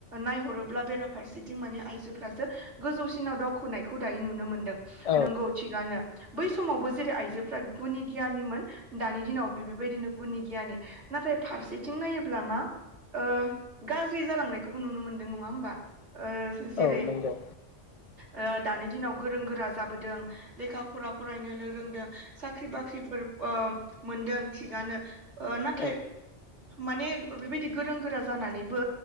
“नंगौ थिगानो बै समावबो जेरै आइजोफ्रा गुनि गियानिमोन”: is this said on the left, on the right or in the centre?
Right